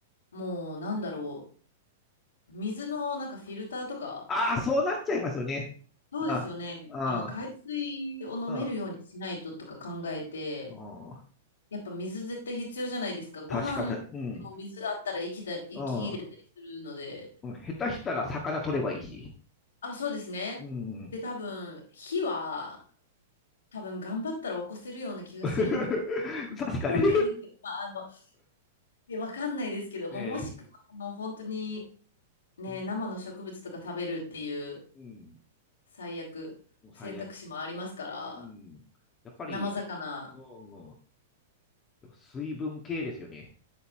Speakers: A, on the left (about 75°); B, on the left (about 25°).
A: もう、なんだろう。水のなんかフィルターとか、
B: ああ、そうなっちゃいますよね。
A: そうですよね。
B: あ、あ、
A: あの、海水を飲めるようにしないととか考えて、
B: あ、うん、うん、
A: やっぱ水絶対必要じゃないですか。ご飯でも水あったら生きた、
B: 確かに、うん、
A: 生き入れたりするので。
B: うん、うん下手したら魚取ればいいし。
A: あ、そうですね。
B: うん、うん、
A: で、多分、火は、多分頑張ったら起こせるような気がするんで、
B: <laughs> 確かにね
A: <laughs> わかんないですけど、まあ、あの、いやわかんないですけども、
B: <laughs>
A: もしくは、
B: え、
A: あの、本当に、ね、
B: うん、
A: 生の植物とか食べるっていう、
B: うん
A: 最悪、
B: もう最悪。
A: 選択肢もありますから、
B: うん。やっぱりね、
A: 生魚。
B: うん、やっぱ水分系ですよね。